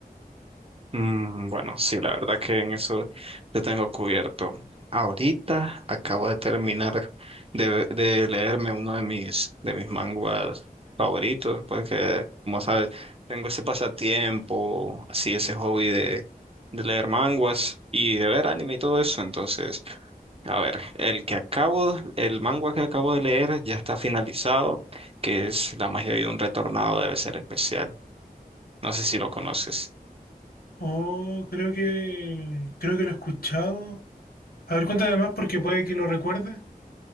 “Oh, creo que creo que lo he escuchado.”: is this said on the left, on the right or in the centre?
Left